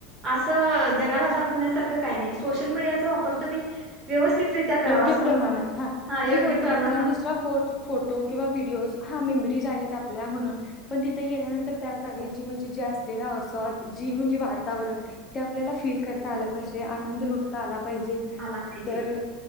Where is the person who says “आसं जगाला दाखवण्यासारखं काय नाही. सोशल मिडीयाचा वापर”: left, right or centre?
Right